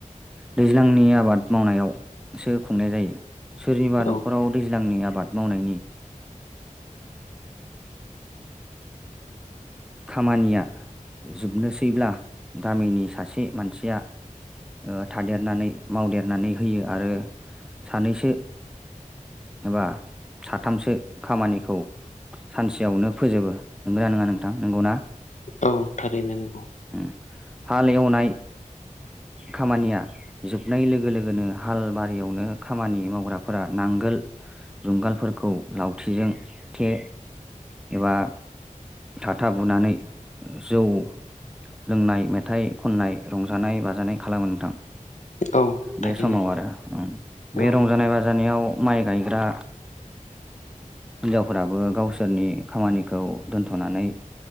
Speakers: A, in the centre; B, on the left (about 60°).
A: दैज्लांनि आबाद मावनायावसो खुंनाय जायो सोरनिबा
B: औ
A: न'खराव दैज्लांनि आबाद आबाद मावनायनि खामानिया जोबनोसैब्ला गामिनि सासे मानसिया ओ थादेरनानै मावदेरनानै होयो आरो सानैसो एबा साथामसो खामानिखौ सानसेयावनो फोजोबो नंगोना नङा नोंथां नंगौना?
B: औ थारैनो नंगौ।
A: उम हाल एवनाय खामानिया जोबनाय लोगो लोगोनो हाल बारियावनो खामानि मावग्राफोरा नांगोल जुंगालफोरखौ लावथिजों थे एबा थाथा बुनानै जौ लोंनाय मेथाइ खननाय रंजानाय बाजानाय खालामो नोंथां।
B: औ
A: बे
B: थारैनो
A: समाव आरो ओम बे
B: औ
A: रंजानाय बाजानायाव माइ गायग्रा हिन्जावफोराबो गावसोरनि खामानिखौ दोनथ'नानै